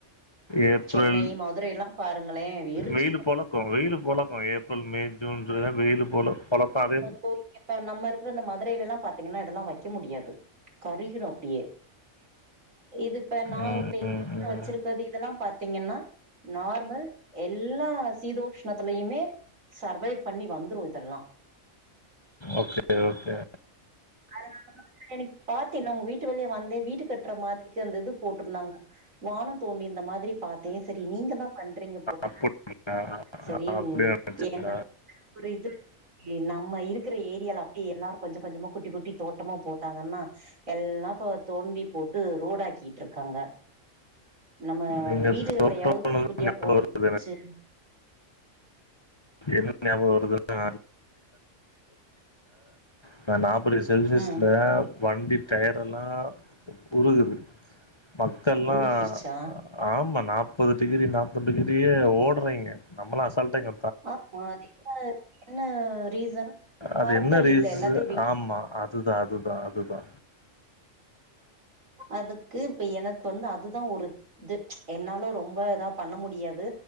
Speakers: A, on the left; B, on the right.
A: ஏப்ரல்
B: சென்னை மதுரைல்லா பாருங்களே எரிச்சு
A: வெயில் பொலக் வெயில் பொலக்கும் ஏப்ரல் மே ஜூன் ஜூலை வெயில் பொல பொலக்காது
B: போய் இப்ப நம்ம இருக்கிற இந்த மதுரையிலல்லாம் பாத்தீங்கன்னா இதெலாம் வைக்க முடியாது கருகிரு அப்டியே இது ப்ப நா
A: ம்
B: பேய்
A: ம்
B: த
A: ம்
B: வச்சிருக்கது இதெலாம் பாத்தீங்கன்னா நார்மல் எல்லா சீதோஷ்ணத்தலயுமே சர்வைவ் பண்ணி வந்துரு தெல்லா ச
A: ஓகே ஓகே
B: அதனாலதா எனக் பாத்தில உ வீட்டு வழியா வந்தே வீட்டு கட்ற மாதிரிக்கு அந்த இது போட்ருந்தாங்க. வான தோண்டி ந்த மாதிரி பாத்தே. செரி நீங்க தா பண்றீங்க போல
A: அப்டியா
B: செரி
A: அப்டி
B: உங்ளுக்கு
A: நெனச்சேன்டா
B: என்ன ஒரு இது இ நம்ம இருக்குற ஏரியால அப்டியே எல்லாரு கொஞ்ச கொஞ்சமா குட்டி குட்டி தோட்டமா போட்டாங்கன்னா எல்லா இப்ப தோண்டி போட்டு ரோடாக்கிட்ருக்காங்க நம்ம
A: நீங்க
B: வீடுகள்ல
A: தோட்டம்னு
B: யாவ் குட்டி குட்டியா
A: ஞாபகம்
B: போட்டும்
A: வருது
B: சேரு
A: என்ன ஞாபக வருதுன்னா <inaudible> ப்ப நாப்பது செல்சியஸ்ல
B: ம்
A: வண்டி டயரெல்லா உருகுது மக்கெல்லா
B: உருகிருச்சா
A: அ ஆமா நாப்பது டிகிரி நாப்பது டிகிரியே ஓடுறீங்க நம்மெல்லா அசால்ட்டா இங்
B: ஆ மா <inaudible> அது என்ன என்ன ரீசன்
A: அது
B: மரங்கள்
A: என்ன ரீசன்
B: இல்லன எல்லாத்தையு வெட்டி
A: ஆமா அதுதா அதுதா அதுதா
B: அதுக்கு இப்ப எனக்கு வந்து அதுதா ஒரு இது என்னால ரொம்ப இதா பண்ண முடியாது